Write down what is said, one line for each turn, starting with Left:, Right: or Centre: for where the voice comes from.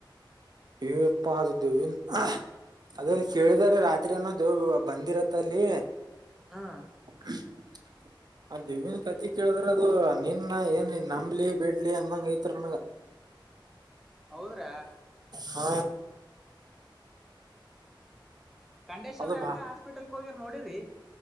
Right: ಹೇ ಏನಪ್ಪಾ ಅದು ದೇವ್ವಿಂದ್ ಅದ ಕೇಳಿದಾರೆ ರಾತ್ರಿ ಅಏನೋದು ಬಂದಿರತ್ತ ಅಲ್ಲಿ
Centre: ಹಾ
Right: <inaudible> ಆ ದಿವೀನ್ ಕತಿ ಕೇಳಿದ್ರೆ ಅದು ನಿನ್ನ ಏನ್ ನಂಬ್ಲಿ ಬಿಡ್ಲಿ ಅಂದಂಗ ಐತ್ ನನಗ
Centre: ಹೌದ್ರಾ
Right: ಹಾ
Centre: ಕಂಡೇಶ್ವ
Right: ಅದು
Centre: ಯಕ
Right: ಬಾ
Centre: ಆಸ್ಪಿಟಲ್ ಹೋಗಿರ್ ನೋಡರಿ